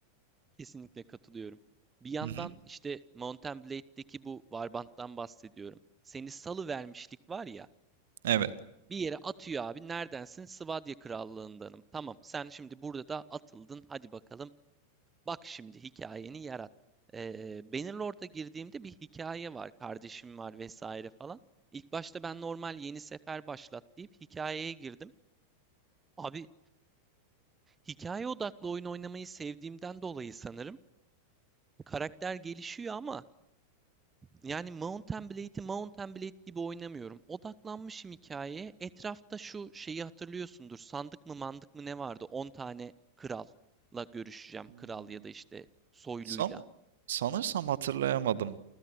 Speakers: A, on the right (about 15°); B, on the right (about 60°).
A: kesinlikle katılıyorum. Bir yandan
B: Hı hı.
A: işte Mount and Blade'deki bu Warband'dan bahsediyorum. Seni salı vermişlik var ya.
B: Evet.
A: Bir yere atıyor abi. Neredensin? Sivadya Krallığındanım. Tamam. Sen şimdi burada da atıldın. Hadi bakalım. Bak şimdi hikayeni yarat. Ee, Bannerlord'a girdiğimde bir hikaye var. Kardeşim var vesaire falan. İlk başta ben normal yeni sefer başlat deyip hikayeye girdim. Abi hikaye odaklı oyun oynamayı sevdiğimden dolayı sanırım karakter gelişiyor ama yani Mount and Blade'i Mount and Blade gibi oynamıyorum. Odaklanmışım hikayeye. Etrafta şu şeyi hatırlıyorsundur. Sandık mı mandık mı ne vardı? 10 tane kralla görüşeceğim.
B: Hmm.
A: Kral ya da işte soyluyla.
B: San, sanırsam hatırlayamadım.